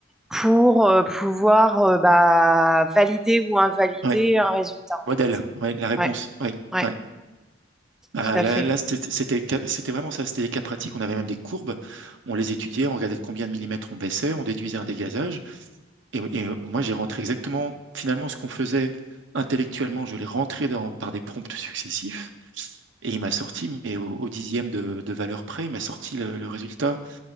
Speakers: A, in the centre; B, on the right (about 65°).
A: pour euh, pouvoir euh, bah, valider ou invalider
B: ouais,
A: un résultat, en
B: modèle,
A: fait.
B: ouais, la réponse,
A: Ouais,
B: ouais,
A: ouais,
B: ouais. Ah,
A: tout à
B: là,
A: fait.
B: là, c'était c'était c'était vraiment ça, c'était des cas pratiques. On avait même des courbes, on les étudiait, on regardait de combien de millimètres on baissait, on déduisait un dégazage. Et, et euh, moi, j'ai rentré exactement, finalement, ce qu'on faisait intellectuellement, je l'ai rentré dans, par des prompts successifs. Et il m'a sorti, mais au, au dixième de, de valeur près, il m'a sorti le, le résultat